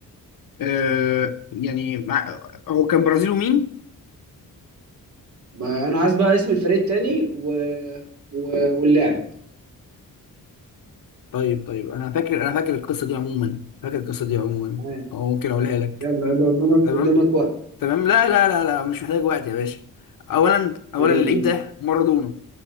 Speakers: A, on the left; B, on the right.
A: آه يعني مع... هو كان برازيل ومين؟
B: ما انا عايز بقى اسم الفريق التاني و... و... واللاعب
A: طيب طيب أنا فاكر أنا فاكر القصة دي عموما فاكر القصة دي عموما
B: تمام
A: أو ممكن أقولها لك
B: يلا يلا قدامك
A: تمام
B: قدامك وقت
A: تمام لا لا لا لا مش محتاج وقت يا باشا أولا أولا
B: تمام
A: اللعيب
B: يلا.
A: ده مارادونا